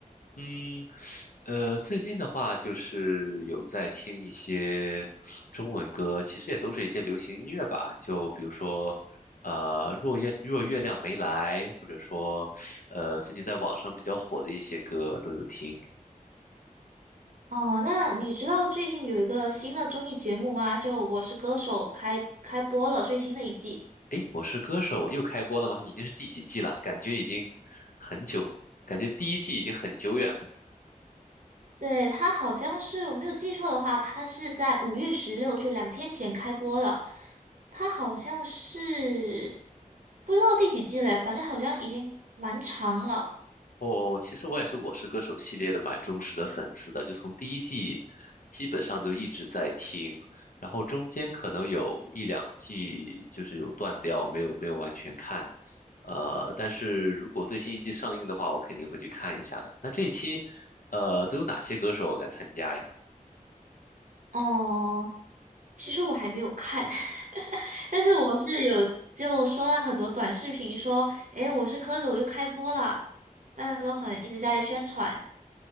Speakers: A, on the left; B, on the right.
A: 嗯，呃，最近的话就是有在听一些中文歌，其实也都是一些流行音乐吧。就比如说，呃，若月若月亮没来，或者说，呃，最近在网上比较火的一些歌都有听。
B: 哦，那你知道最近有一个新的综艺节目吗？就《我是歌手》开开播了最新的一季。
A: 诶，我是歌手又开播了吗？已经是第几季了？感觉已经很久，感觉第一季已经很久远了。
B: 对，它好像是我没有记错的话，它是在五月十六，就两天前开播了。它好像是不知道第几季嘞，反正好像已经蛮长了。
A: 哦，其实我也是《我是歌手》系列的蛮忠实的粉丝的，就从第一季基本上都一直在听，然后中间可能有一两季就是有断掉，没有没有完全看，呃，但是如果最新一季上映的话，我肯定会去看一下的。那这一期，呃，都有哪些歌手来参加呀？
B: 哦，其实我还没有看，<laughs> 但是我是有就刷了很多短视频说，诶，《我是歌手》又开播了，大家都很一直在宣传。